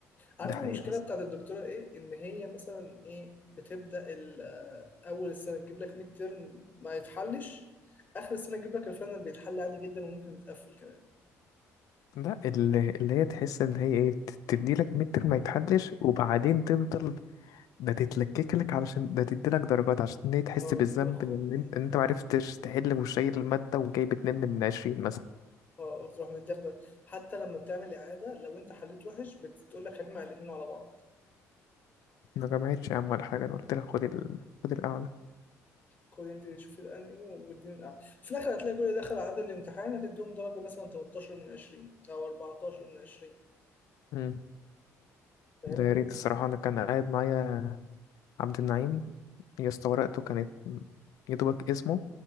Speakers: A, on the left; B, on the left.
A: عارف
B: ده حقيقة
A: المشكله
B: أصلا
A: بتاعت الدكتوره ايه ان هي مثلا ايه بتبدا ال- آه، اول السنه تجيب لك ميد ترم ما يتحلش اخر السنه تجيب لك الفاينل بيتحل عادي جدا وممكن يتقفل كمان
B: لا اللي, اللي هي تحس إن هي إيه ت- تديلك ميد ترم ما يتحلش وبعدين تفضل ده تتلكك لك علشان ده تديلك درجات عشان هي تحس
A: اه
B: بالذنب
A: تقول لك خد
B: إن أنت إن أنت معرفتش تحل وشايل المادة وجايب اتنين من عشرين مثلا
A: اه تروح متاخده حتى لما بتعمل اعاده لو انت حليت وحش بتقول لك هجمع الاثنين على بعض
B: ما جمعتش يا عم ولا حاجة أنا قلت لك خد ال... خد الأعلى
A: خد انت شوفي الانهي واديني الاعلى في الاخر هتلاقي كل ده دخل عدد الامتحان هتديهم درجه مثلا 13 من 20 او 14 من 20
B: مم.
A: فاهمني؟
B: ده يا ريت الصراحة أنا كان قاعد معايا عبد النعيم يا اسطى ورقته كانت يا دوبك اسمه